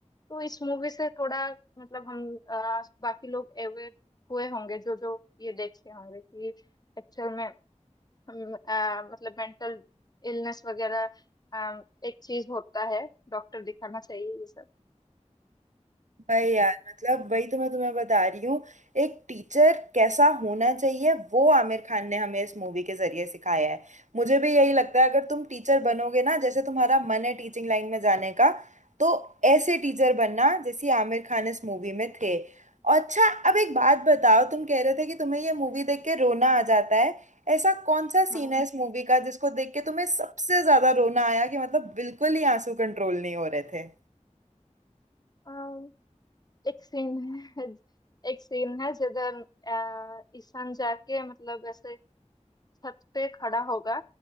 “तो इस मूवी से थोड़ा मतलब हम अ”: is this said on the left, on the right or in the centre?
Left